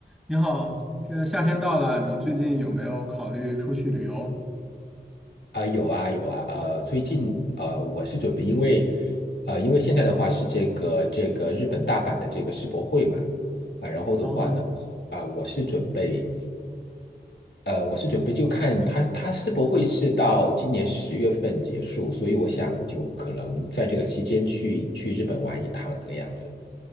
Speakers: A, in the centre; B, on the left.
A: 你好，这夏天到了，你最近有没有考虑出去旅游？
B: 啊、有啊有啊，呃，最近呃，我是准备，因为呃，因为现在的话是这个这个日本大阪的这个世博会嘛，啊，然后的话呢，
A: 哦，
B: 啊、我是准备，呃，我是准备就看它它世博会是到今年十月份结束，所以我想就可能在这个期间去去日本玩一趟这个样子。